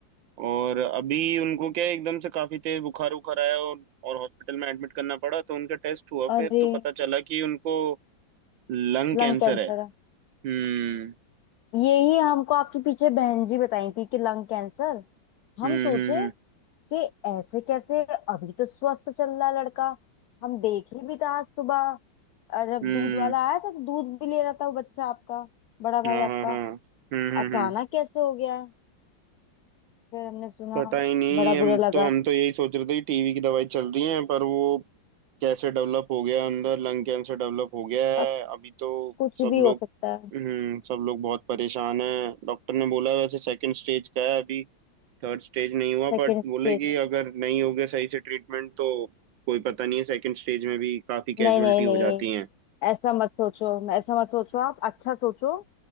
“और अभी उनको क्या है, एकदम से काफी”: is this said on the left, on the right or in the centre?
Right